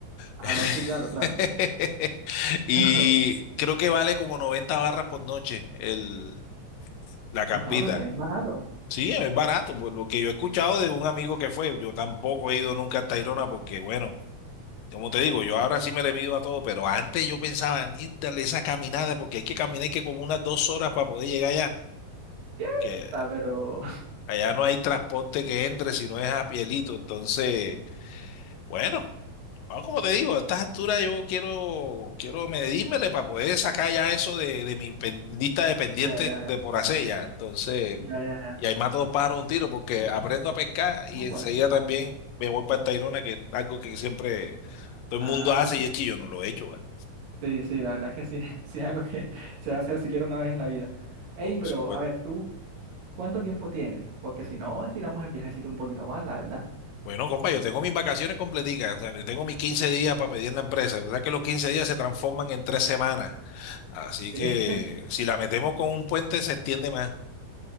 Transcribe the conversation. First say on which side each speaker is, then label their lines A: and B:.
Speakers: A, on the right (about 80°); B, on the left (about 85°).
A: ah,
B: <laughs>
A: no, sí, claro, claro,
B: Y
A: <laughs> claro.
B: creo que vale como 90 barras por noche el, la campita.
A: No, ah, pero está bien barato.
B: Sí, es barato, por lo que yo he escuchado de un amigo que fue. Yo tampoco he ido nunca a Tayrona porque, bueno, como te digo, yo ahora sí me le mido a todo, pero antes yo pensaba en ir darle esa caminada porque hay que caminar y que como unas dos horas para poder llegar allá,
A: Quieta,
B: que
A: pero... <laughs>
B: Allá no hay transporte que entre si no es a Pielito. Entonces, bueno, yo, ah, como te digo, a estas alturas yo quiero, quiero medírmele para poder sacar ya eso de, de mi pen- lista de pendientes
A: Ya, ya,
B: de
A: ya,
B: por hacer ya. Entonces,
A: ya, ya. ya.
B: y ahí mato dos pájaros de un tiro porque aprendo a pescar y
A: Ah, bueno.
B: enseguida también me voy para el Tayrona, que es algo que siempre todo
A: Ah,
B: el mundo hace y es chillo, no lo he hecho, ¿vale?
A: sí, sí, la verdad es que sí, <laughs> sí es algo que se va a hacer siquiera una vez en la vida. Ey,
B: Por
A: pero
B: supuesto.
A: a ver, ¿tú cuánto tiempo tienes? Porque si no, estiramos el viajecito un poquito más, la verdad.
B: Bueno, compa, yo tengo mis vacaciones completicas, o sea, yo tengo mis 15 días para pedir en la empresa. ¿Verdad que los 15 días se transforman en tres semanas? Así
A: Sí.
B: que si la metemos con un puente se extiende más.